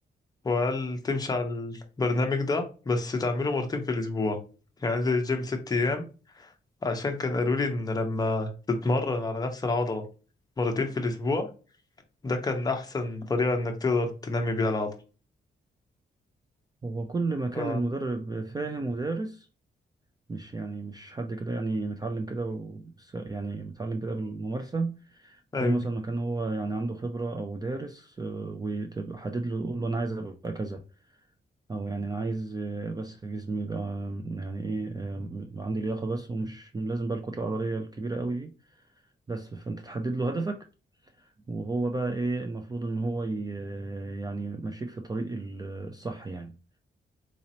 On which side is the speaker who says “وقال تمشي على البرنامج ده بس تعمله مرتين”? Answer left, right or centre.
Left